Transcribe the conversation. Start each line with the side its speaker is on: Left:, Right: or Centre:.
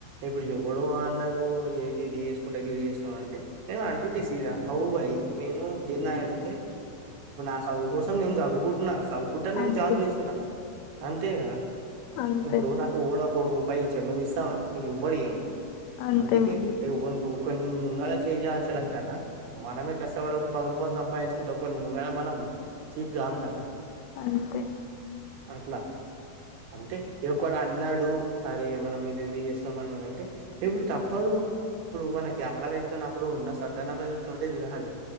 Right: ఇప్పుడు ఎవడు అన్నాడు ఏ గిది చేసుకుంటా గిది చేస్తున్నాం అంటే నేను అంటుంటి సీద అవు వై నేను ఏన్నా అంటే ఇప్పుడు నా సదువు కోసం నేను చదువుకుంటున్నా సదు కుట నేను
Left: అంతే
Right: జాబ్ చేస్తు నా అంతేగదా ఆ
Left: అంతే
Right: ఇప్పుడు నాకు ఓవడ్ ఓ రూపాయిచాడ్ నువిస్సవా ఎవ్వడియడు
Left: అంతే
Right: అంతికే
Left: మరి
Right: ఎవ్వాని కో కొన్ ముంగాళ చెయ్యిజచడం కన్నా మనమే కష్టపడు ఒక పది రూపాయలు సంపాయించుకుంటా ఒకోన్ ముంగట మనం చీప్ గాము గదా
Left: అంతే
Right: అట్లా అంతే ఇగ కోడ అన్ ఉన్నాడు అరే మనం ఇదెంకుజేస్సునం అనన్ అంటేే ఇప్పుడు తప్పదు ఇప్పుడు మనకి ఆకలైతున్నప్పుడు ఉన్న సద్ధన్నంమెతుకు తోటే తినాలి